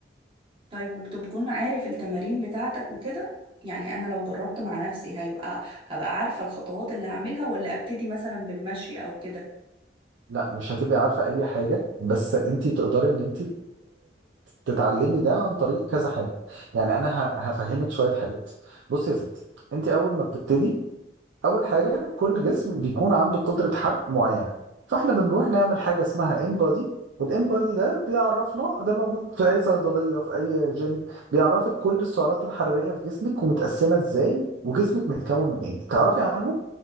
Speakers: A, on the right; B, on the right.
A: طيب وبتكون عارف التمارين بتاعتك وكده يعني أنا لو جربت مع نفسي هيبقى هبقى عارفة الخطوات اللي هعملها ولا أبتدي مثلا بالمشي أو كده
B: لا مش هتبقي عارفة أي حاجة بس أنت تقدري إن أنت تتعلمي ده عن طريق كذا حاجة يعني أنا ه- هفهمك شوية حاجات بصي يا ستي أنت أول ما بتبتدي أول حاجة كل جسم بيكون عنده قدرة حرق معينة فإحنا بنروح نعمل حاجة اسمها انبادي والانبادي ده بيعرفنا ده موجود في أي صيدلية في أي جيم بيعرفك كل السعرات الحرارية في جسمك ومتقسمة إزاي وجسمك متكون من إيه تعرفي عنه